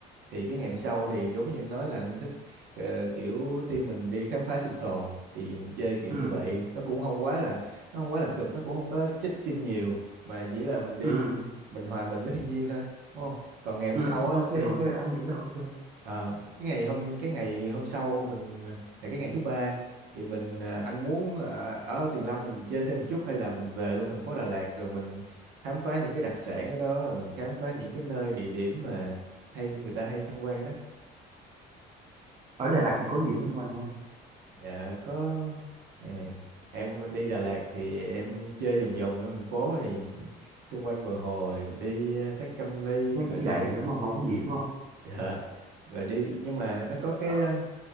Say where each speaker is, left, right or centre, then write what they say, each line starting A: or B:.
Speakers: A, on the right; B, on the right.
A: thì cái ngày hôm sau thì đúng như anh nói là anh thích ờ, kiểu team mình đi khám phá sinh tồn thì mình chơi kiểu
B: ừ
A: như vậy nó cũng không quá là nó không quá là cực nó cũng không có check-in nhiều mà chỉ là mình đi
B: ừ
A: mình hòa mình với thiên nhiên thôi đúng không còn ngày hôm
B: ừ
A: sau á
B: ok
A: thì
B: ok anh nghĩ là ok
A: Ờ, cái ngày hôm cái ngày hôm sau mình là cái ngày thứ ba thì mình à, anh muốn à, ở Tuyền Lâm mình chơi thêm một chút hay là mình về luôn thành phố Đà Lạt rồi mình khám phá những cái đặc sản ở đó rồi mình khám phá những cái nơi địa điểm mà hay người ta hay tham quan đó
B: ở Đà Lạt thì có gì để tham quan không
A: dạ có à, em đi Đà Lạt thì em chơi vòng vòng trong thành phố thì xung quanh bờ hồ thì đi à, Thác Cam Ly
B: anh thấy
A: rồi
B: cũng
A: đi
B: vậy rồi đúng không không có gì đúng không
A: dạ, rồi đi nhưng mà nó có
B: Ờ,
A: cái à,